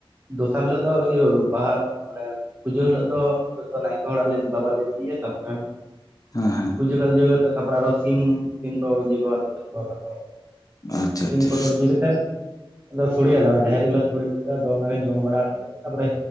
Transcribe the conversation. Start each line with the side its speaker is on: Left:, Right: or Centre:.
Right: ᱫᱚᱥᱟᱨ ᱦᱤᱞᱟᱹᱜ ᱫᱚ ᱤᱭᱟᱹ ᱵᱟᱦᱟ ᱢᱟᱱᱮ ᱯᱩᱡᱟᱹ ᱦᱤᱞᱳᱜ ᱫᱚ ᱱᱟᱭᱠᱮ ᱚᱲᱟᱜ ᱵᱟᱵᱟ ᱞᱮ ᱤᱫᱤᱭᱮᱭᱟ ᱛᱟᱯᱚᱨᱮ
Left: ᱦᱮᱸ ᱦᱮᱸ
Right: ᱯᱩᱡᱟᱹ <unintelligible> ᱠᱟᱛᱮ ᱛᱟᱯᱚᱨᱮ ᱟᱨᱚ ᱥᱤᱢ ᱥᱤᱢ ᱠᱚ ᱤᱭᱟᱹ ᱠᱚᱣᱟ <unintelligible>
Left: ᱟᱪᱪᱷᱟ
Right: ᱥᱤᱢ
Left: ᱟᱪᱪᱷᱟ
Right: ᱠᱚᱫᱚ ᱤᱫᱤ ᱠᱟᱛᱮᱫ ᱟᱫᱚ ᱥᱚᱲᱮᱭᱟᱞᱮ ᱡᱟᱦᱮᱨ ᱜᱮᱞᱮ ᱥᱚᱲᱮ ᱠᱟᱛᱮ ᱟᱫᱚ ᱚᱱᱟᱜᱮ ᱡᱚᱢ ᱵᱟᱲᱟ ᱠᱟᱛᱮ ᱛᱟᱯᱚᱨᱮ